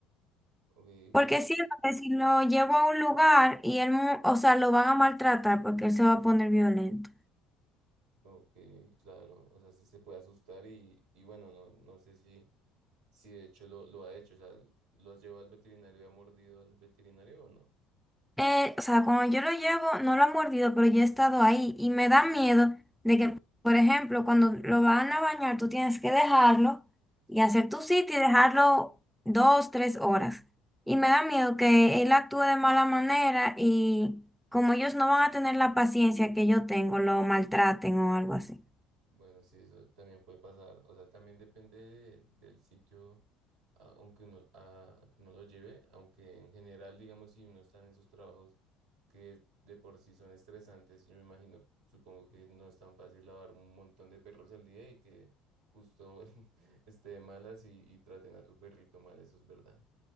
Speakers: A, on the right; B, in the centre.
A: Ok,
B: Porque
A: pero,
B: siento que si lo llevo a un lugar y él, mu- o sea, lo van a maltratar porque él se va a poner violento.
A: ok, claro, o sea, se, se puede asustar y, y bueno, no, no sé si, si de hecho lo, lo ha hecho, o sea, ¿lo has llevado al veterinario y ha mordido al veterinario o no?
B: Eh, o sea, cuando yo lo llevo, no lo han mordido, pero yo he estado ahí y me da miedo de que, por ejemplo, cuando lo van a bañar, tú tienes que dejarlo
A: Sí.
B: y hacer tu sitio y dejarlo dos, tres horas. Y me da miedo que él actúe de mala manera y como ellos no van a tener la paciencia que yo tengo, lo maltraten o algo así.
A: Bueno, sí, eso también puede pasar. O sea, también depende de- del sitio a- aunque uno, a, a que uno lo lleve, aunque en general, digamos, si uno está en esos trabajos que de por sí son estresantes, yo me imagino, supongo que no es tan fácil lavar un montón de perros al día y que justo <laughs> esté de malas y, y traten a tu perrito mal, eso es verdad.